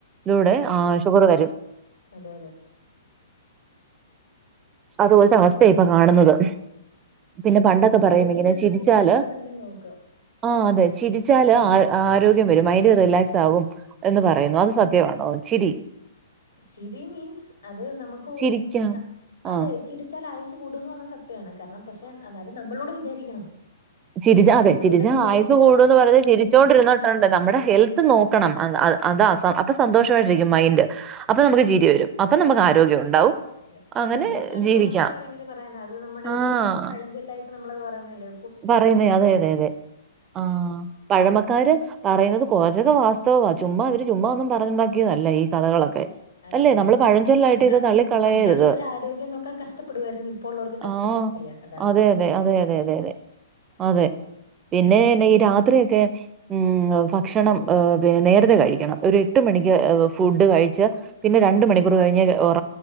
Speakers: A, on the right; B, on the left.
A: ലൂടെ
B: അതെ
A: ആ ഷുഗർ വരും
B: അതെ അതെ
A: അതുപോലത്തെ അവസ്ഥ ഇപ്പൊ കാണുന്നത് പിന്നെ പണ്ടൊക്കെ
B: നമുക്ക്
A: പറയും
B: ആരോഗ്യം
A: ഇങ്ങനെ
B: വേണമെങ്കിൽ
A: ചിരിച്ചാല്
B: നമ്മൾ തന്നെ നോക്കുക.
A: ആഹ് അതെ ചിരിച്ചാല് ആരോഗ്യം വരും മൈൻഡ് റിലാക്സ് ആകും എന്ന് പറയുന്നു അത് സത്യവാട്ടോ ചിരി
B: ചിരി മീൻസ് അത് നമുക്കു
A: ചിരിക്കാം
B: ന അതെ
A: ആഹ്
B: ചിരിച്ചാൽ ആയുസ് കൂടുംന്ന് പറഞ്ഞഹ് സത്യണ് കാരണം പക്ഷെ അതായത് നമ്മളൂടി വിചാരിക്കണം
A: ചിരിച്ച അതെ
B: നമ്മളൂടെ
A: ചിരിച്ച
B: വിചാരിച്ചാലല്ലേ
A: ആയസ് കൂടുന്ന്
B: നമുക്ക്
A: പറയുന്നത്
B: ചിരിക്കാൻ
A: ചിരിച്ചൊണ്ടിരുന്നിട്ടുണ്ട്
B: പറ്റുള്ളൂ.
A: നമ്മുടെ ഹെൽത്ത് നോ ക്കണം അത് അഹ്
B: അതെ
A: അത സ അപ്പസ് സന്തോഷമായിട്ടിരിക്കും മൈൻഡ് അപ്പൊ
B: അതെ
A: നമുക്ക് ചിരി വരും അപ്പ നമുക്ക് ആരോഗ്യം ഉണ്ടാവും
B: അതെ
A: അങ്ങനെ
B: അതുകൊണ്ടാണ്
A: ജീവിക്കാം
B: പഴമക്കാര് അങ്ങനെ പറയുന്നത് അത് നമ്മുടെ
A: ആഹ്
B: ഒരു പഴംചൊല്ലായിട്ട് നമ്മളത് പറയുന്നല്ലേ
A: പറയുന്നേ അതെ അതെ അതെ ആഹ് പഴമക്കാര് പറയുന്നത് കുറച്ചൊക്കെ വാസ്തവവാ ചുമ്മാ അവര് ചുമ്മാ ഒന്നും പറഞ്ഞുണ്ടാക്കിയതല്ല ഈ കഥകളൊക്കെ
B: അതെ
A: അല്ലേ
B: അതെ.
A: നമ്മള് പഴഞ്ചൊല്ലായിട്ട്
B: പണ്ട്
A: ഇത് തള്ളിക്കളയരുത്
B: പണ്ടുള്ളവര് ആരോഗ്യം നോക്കാൻ കഷ്ടപ്പെടുവായിരുന്നു. ഇപ്പോ ഉള്ളവർക്ക് കഷ്ട
A: ആഹ്
B: അതാണ്
A: അതെ
B: പ്രശ്നം.
A: അതെ അതെ അതെ അതെ അതെ അതെ പിന്നെ ന്നെ ഈ രാത്രി ഒക്കെ ഉം ഭക്ഷണം പിന്നെ നേരത്തെ കഴിക്കണം ഒരു എട്ട് മണിക്ക് ഫുഡ് കഴിച്ച് പിന്നെ രണ്ട് മണിക്കൂർ കഴിഞ് ഉം